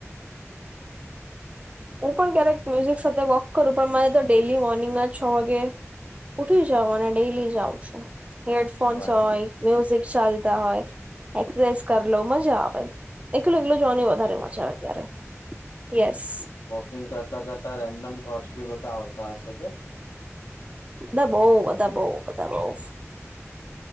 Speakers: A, on the right; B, on the left.
A: હું પણ ક્યારેક મ્યુઝિક સાથે વોક કરું પણ મારે તો ડેલી મોર્નિંગમાં છ વાગે ઉઠી જાવ અને ડેલી જાઉ છું. હેડફોન્સ
B: બરાબર
A: હોય, મ્યુઝિક ચાલ હોય એક્ઝેસ કર લઉં મજા આવે. એકલો એકલો જોવાની
B: અચ્છા
A: વધારે મજા આવે ત્યારે. યેસ.
B: કિંગ કરતા કરતા રેન્ડમ થોટસ બી બધા આવતા હશે કે?
A: બધા બહું-બધા બહું-બધા બઉ.